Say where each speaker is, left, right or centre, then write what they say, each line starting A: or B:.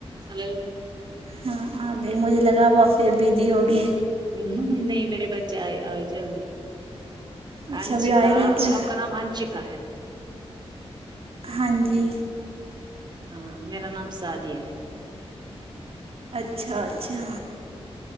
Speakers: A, on the right (about 40°); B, on the right (about 60°).
A: hello
B: ہاں آ گے مجھے لگا ہوا پھر بزی ہوگی
A: ہ نہیں میرے بچے آئے آئے جلدی
B: اچھا
A: آنشکا
B: ابھی آئے نہیں کیا
A: آپ کا نام آنشکا ہے
B: ہاں جی
A: ہاں میرا نام سعدیہ ہے
B: اچھا اچھا